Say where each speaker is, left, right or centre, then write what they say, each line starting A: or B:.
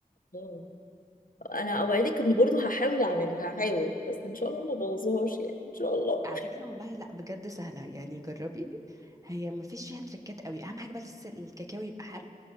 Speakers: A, on the left (about 65°); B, on the right (about 20°).
A: الله. انا اوعدك ان برضو هحاول اعملها هحاول بس ان شاء الله ما بوظهاش يعني ان شاء الله
B: على فكره والله لا بجد سهله يعني جربي هي ما فيش فيها تريكات قوي اهم حاجه بس الكاكاو يبقى حلو